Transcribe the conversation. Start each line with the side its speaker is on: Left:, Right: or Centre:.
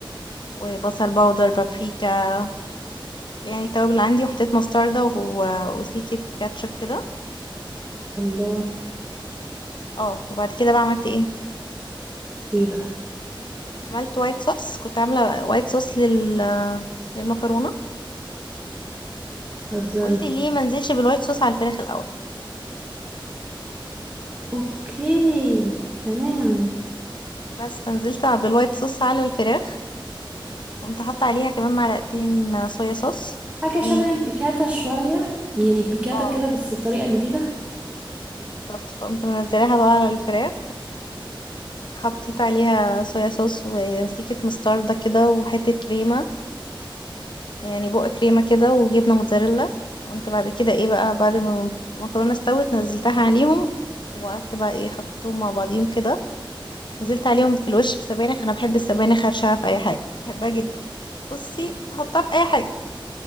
Left: وبصل باودر بابريكا يعني التوابل اللي عندي وحطيت مستردة و- وسيكة كاتشب كده
Right: الله
Left: اه وبعد كده بقى عملت ايه
Right: ايه بقى
Left: عملت وايت صوص كنت عاملة وايت صوص لل... للمكرونة
Right: هزاري
Left: قلت ليه ما نزلش بالوايت صوص على الفراخ الأول
Right: اوكي تمام
Left: بس فنزلت بالوايت صوص على الفراخ قمت حاطة عليها كمان معلقتين صويا صوص
Right: حاجة
Left: و
Right: شبه البيكاتا شوية يعني البيكاتا
Left: اه
Right: كده بس بطريقة جديدة
Left: بالظبط فقمت منزلاها بقى على الفراخ وحطيت عليها صويا صوص وسيكة مستردة كده وحتة كريمة يعني بق كريمة كده وجبنة موتزاريلا وقمت بعد كده ايه بقى بعد ما المكرونة استوت نزلتها عليهم وقعدت بقى ايه حطيتهم مع بعضيهم كده نزلت عليهم في الوش بسبانخ انا بحب السبانخ هرشها في اي حاجة بحبها جدا بصي حطها في اي حاجة